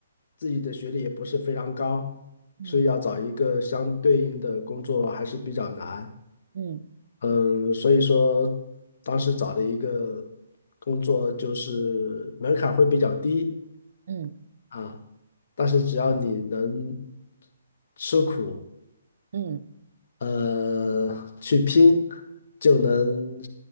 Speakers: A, on the left; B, on the right.
A: 自己的学历也不是非常高，
B: 嗯，
A: 所以要找一个相对应的工作还是比较难。
B: 嗯嗯
A: 嗯，所以说当时找的一个工作就是门槛会比较低
B: 嗯嗯嗯
A: 啊，但是只要你能吃苦，
B: 嗯。
A: 呃，去拼，就能